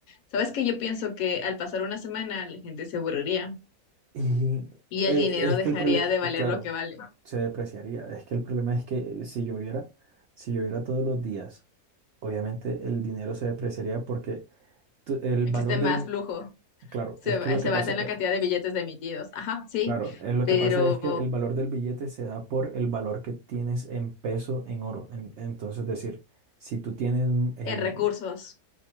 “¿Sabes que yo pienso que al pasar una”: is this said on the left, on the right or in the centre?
Left